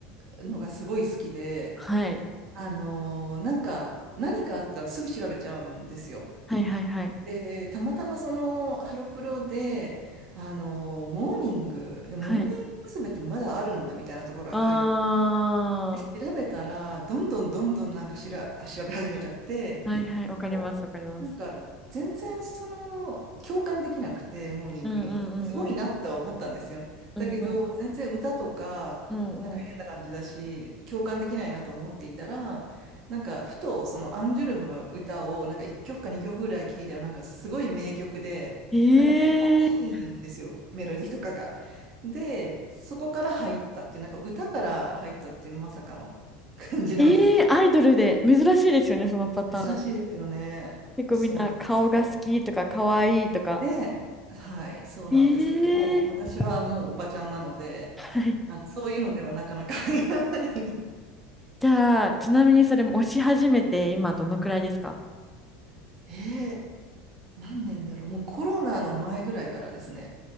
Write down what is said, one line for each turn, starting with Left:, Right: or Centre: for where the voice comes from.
Right: のがすごい好きで、
Centre: はい、
Right: あのーなんか、何かあったらすぐ調べちゃうんですよ。
Centre: はいはいはい、
Right: で、たまたまそのハロプロで、あのーモーニング、で、モーニング娘。
Centre: はい。
Right: ってまだあるんだみたいなところが入っ
Centre: あ
Right: で調べたら、どんどんどんどんなんかしら、あ調べ始めちゃって、
Centre: ー、はいはい、
Right: でも、
Centre: わかります、わかります。
Right: なんか全然その、共感できなくて、モーニングに。
Centre: うんうんうんうん、
Right: すごいなっては思ったんですよ。
Centre: うんうん
Right: だけど、全然歌とか、
Centre: うん、うんうん。
Right: なんか変な感じだし、共感できないなと思っていたら、なんかふとそのアンジュルムの歌を、なんか1曲か2曲ぐらい聴いたら、なんかすごい名曲で、
Centre: ええ
Right: なんか結構いいんですよ、メロディーとかが。で、そこから入ったっていう、なんか歌から入ったっていうまさかの <laughs> 感じなんですけど。
Centre: ええアイドルで、珍しいですよね、そのパターン。
Right: 珍しいですよね。
Centre: 結構みんな顔が好きとか可愛いとか。
Right: そうなんですよ。で、はい、そうなんですけども、
Centre: ええ
Right: 私はもうおばちゃんなので、
Centre: はい。
Right: なんかそういうのではなかなか入らない。
Centre: じゃあ、ちなみにそれも押し始めて今どのくらいですか
Right: <laughs> えー、何年だろう。もうコロナの前ぐらいからですね。